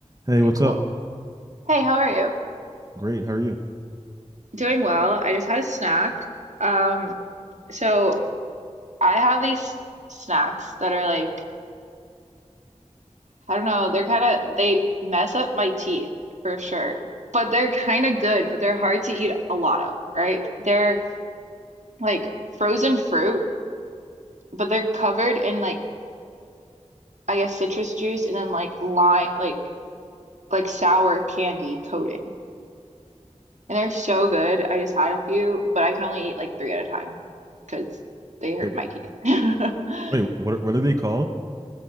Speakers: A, on the right; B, on the right.
A: Hey,
B: Okay,
A: what's
B: cool.
A: up?
B: Hey, how are you?
A: Great. How are you?
B: Doing well. I just had a snack. Um, so I have these snacks that are like, I don't know, they're kind of they mess up my teeth for sure, but they're kind of good, but they're hard to eat a lot of, right? They're like frozen fruit, but they're covered in like I guess citrus juice and then like lime, like like sour candy coating. And they're so good. I just had a few, but I can only eat like three at a time because they hurt
A: Wait,
B: my teeth. <laughs>
A: wait, what are, what are they called?